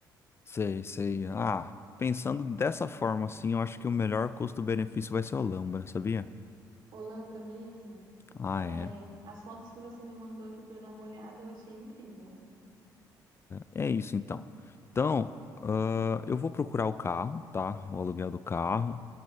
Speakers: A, on the left; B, on the right.
A: Sei, sei. Ah, pensando dessa forma assim, eu acho que o melhor custo-benefício vai ser Olambra, sabia?
B: Olambra mesmo.
A: Ah,
B: Ah,
A: é.
B: é. As fotos que você me mandou aqui pra eu dar uma olhada, eu achei incrível.
A: É é isso então. Então, ah, eu vou procurar o carro, tá? O aluguel do carro.